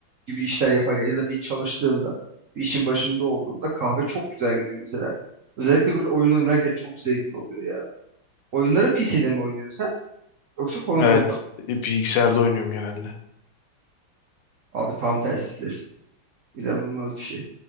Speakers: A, on the right; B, on the left.
A: gibi işler yaparken ya da bir çalıştığımda bir işin başında olduğumda kahve çok güzel gidiyor mesela. Özellikle böyle oyun oynarken çok zevkli oluyor ya. Oyunları PC'de mi oynuyorsun sen yoksa konsolda
B: evet
A: mı?
B: E, bilgisayarda oynuyorum genelde.
A: Abi tam tersi resmen. İnanılmaz bir şey.